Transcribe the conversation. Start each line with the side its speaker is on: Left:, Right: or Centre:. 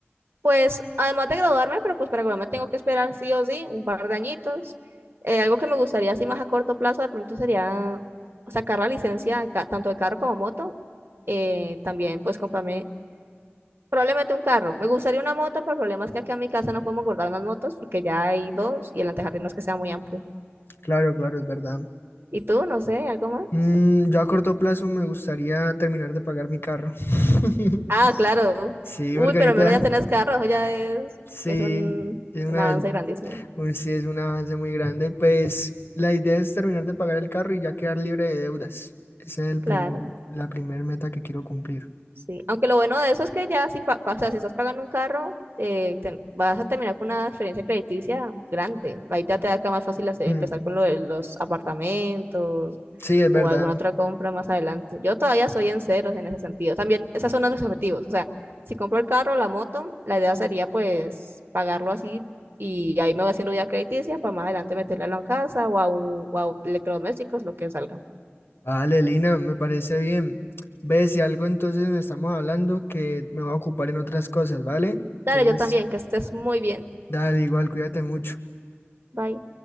Right: pues además de graduarme, pero pues para graduarme tengo que esperar sí o sí un par de añitos. Eh, algo que me gustaría así más a corto plazo de pronto sería sacar la licencia de ca- tanto de carro como moto. Eh, también pues comprarme Probablemente un carro. Me gustaría una moto, pero el problema es que aquí en mi casa no podemos guardar más motos porque ya hay dos y el antejardín no es que sea muy amplio.
Left: Claro, claro, es verdad.
Right: ¿Y tú? No sé, ¿algo más?
Left: Mm, yo a corto plazo me gustaría terminar de pagar mi carro. <laughs>
Right: Ah, claro.
Left: Sí,
Right: Uy,
Left: Margarita,
Right: pero al menos ya tenés carro, eso ya es,
Left: sí,
Right: es un,
Left: es una,
Right: un avance
Left: ven-
Right: grandísimo.
Left: un- sí, es un avance muy grande. Pues la idea es terminar de pagar el carro y ya quedar libre de deudas. Esa es el
Right: Claro,
Left: primer, la primera meta que quiero cumplir.
Right: sí. Aunque lo bueno de eso es que ya si, pa- o sea, si estás pagando un carro, eh, te- vas a terminar con una experiencia crediticia grande. Ahí ya te da acá más fácil hacer-
Left: Mm,
Right: empezar con lo de los apartamentos,
Left: sí, es verdad.
Right: o alguna otra compra más adelante. Yo todavía soy en ceros en ese sentido. También, esos son uno de mis objetivos. O sea, si compro el carro, la moto, la idea sería pues pagarlo así y ahí me voy haciendo ya crediticia para más adelante meterla en la casa o a, un, o a electrodomésticos, lo que salga.
Left: Vale, Lina, me parece bien. Ve, si algo entonces nos estamos hablando que me voy a ocupar en otras cosas, ¿vale?
Right: Dale,
Left: Entonces,
Right: yo también, que estés muy bien.
Left: dale, igual, cuídate mucho.
Right: Bye.